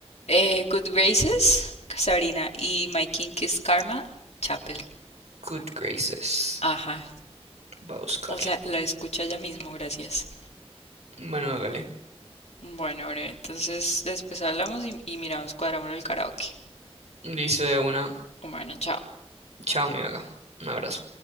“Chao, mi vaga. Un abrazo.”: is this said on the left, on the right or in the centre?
Right